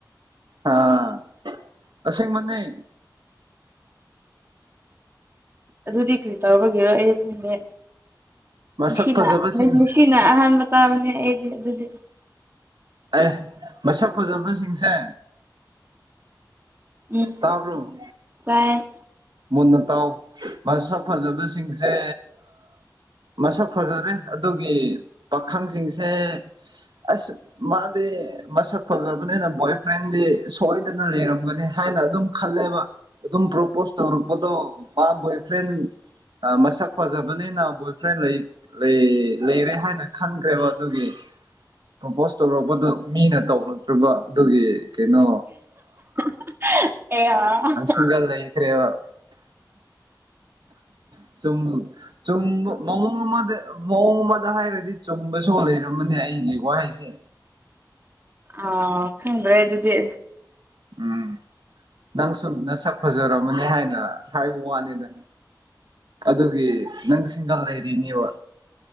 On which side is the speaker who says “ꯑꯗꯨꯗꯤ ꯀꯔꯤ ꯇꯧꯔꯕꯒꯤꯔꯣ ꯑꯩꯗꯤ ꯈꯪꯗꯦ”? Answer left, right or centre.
Right